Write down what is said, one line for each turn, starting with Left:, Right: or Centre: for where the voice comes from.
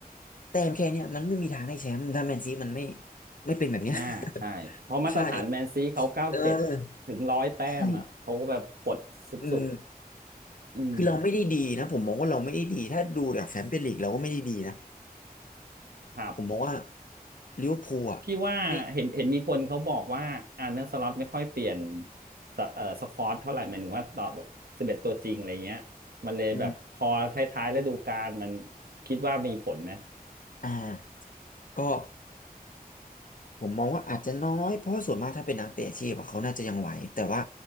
Left: แต้มแค่เนี้ยมันไม่มีทางได้แชมป์ถ้าแมนซีมันไม่ไม่เป็นแบบเนี้ย
Right: อ่าใช่
Left: <laughs>
Right: เพราะมาตรฐานแมนซีเขาเก้าเจ็ด
Left: ใช่เออ
Right: ถึงร้อยแต้มอ่ะเขาแบบกดสุด
Left: ใช่อืม
Right: ๆอืม
Left: คือเราไม่ได้ดีนะผมมองว่าเราไม่ได้ดีถ้าดูจากแชมเปี้ยนลีกเราก็ไม่ได้ดีนะ
Right: ครับ
Left: ผมมองว่าลิเวอร์พูลอ่ะไม่
Right: พี่ว่าเห็นเห็นมีคนเขาบอกว่าอาร์เน s สล็อตไม่ค่อยเปลี่ยนสเอ่อสควอตเท่าไหร่หมายถึงว่าต่อแบบสิบเอ็ดตัวจริงอะไรเงี้ยมันเลยแบบพอท้ายๆฤดูกาลมัน
Left: อืม
Right: คิดว่ามีผลไหม
Left: อ่าก็ผมมองว่าอาจจะน้อยเพราะว่าส่วนมากถ้าเป็นนักเตะอาชีพอะเขาน่าจะยังไหวแต่ว่า